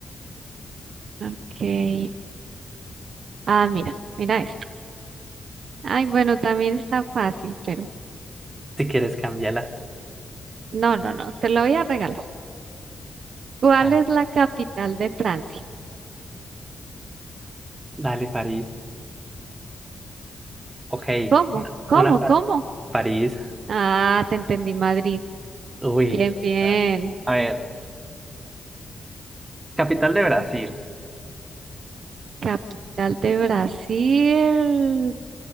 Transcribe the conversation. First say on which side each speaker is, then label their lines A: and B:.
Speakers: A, on the right; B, on the right.
A: Ok. Ah, mira, mira esto. Ay, bueno, también está fácil, pero
B: <laughs> si quieres cambiarla.
A: no, no, no, te lo voy a regalar. ¿Cuál
B: Dale,
A: es la capital de Francia?
B: dale, París. Ok,
A: ¿Cómo? ¿Cómo?
B: una par-
A: ¿Cómo?
B: París.
A: Ah, te entendí, Madrid.
B: Uy,
A: Bien, bien.
B: A ver, capital de Brasil.
A: Capital de Brasil,